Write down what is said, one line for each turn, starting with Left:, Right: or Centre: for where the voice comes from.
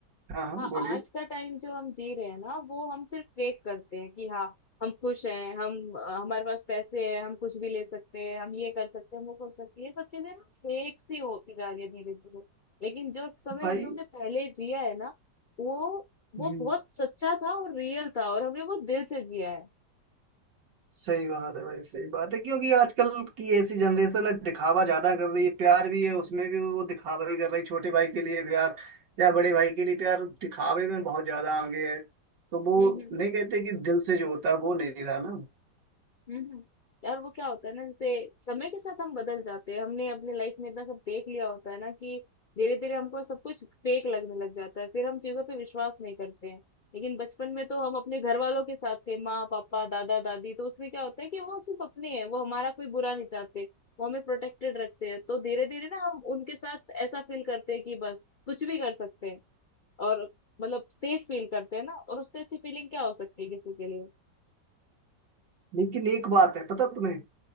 Right: हाँ हाँ
Left: हाँ
Right: बोलिए
Left: आज का टाइम जो हम जी रहे हैं ना वो हम सिर्फ फेक करते हैं कि हाँ हम खुश हैं हम अ, हमारे पास पैसे हैं हम कुछ भी ले सकते हैं हम ये कर सकते हैं हम वो कर सकते हैं ये सब चीजें ना फेक सी होती जा रही है धीरे धीरे लेकिन जो समय
Right: भाई
Left: हम लोग ने पहले जिया है ना वो वो
Right: हम्म
Left: बहुत सच्चा था और रियल था और हमने वो दिल से जिया है
Right: सही बात है भाई सही बात है क्योंकि आजकल की ऐसी जनरेशन है दिखावा ज्यादा कर रही है प्यार भी है उसमें भी वो दिखावा भी कर रही है छोटे भाई के लिए प्यार या बड़े भाई के लिए प्यार दिखावे में बहुत ज्यादा आगे है तो वो
Left: हम्म हम्म।
Right: नहीं कहते कि दिल से जो होता है वो नहीं रहा ना
Left: हुँ। यार वो क्या होता है ना जैसे समय के साथ हम बदल जाते हैं। हमने अपनी लाइफ में इतना सब देख लिया होता है ना कि धीरे-धीरे हमको सब कुछ फेक लगने लग जाता है। फिर हम चीज़ों पे विश्वास नहीं करते हैं। लेकिन बचपन में तो हम अपने घरवालों के साथ थे, माँ-पापा, दादा-दादी तो उसमें क्या होता है कि वो सिर्फ़ अपने हैं, वो हमारा कोई बुरा नहीं चाहते। वो हमें प्रोटेक्टेड रखते हैं। तो धीरे-धीरे ना हम उनके साथ ऐसा फ़ील करते हैं कि बस कुछ भी कर सकते हैं और मतलब सेफ फ़ील करते हैं ना और उससे अच्छी फ़ीलिंग क्या हो सकती है किसी के लिए?
Right: लेकिन एक बात है पता तुम्हें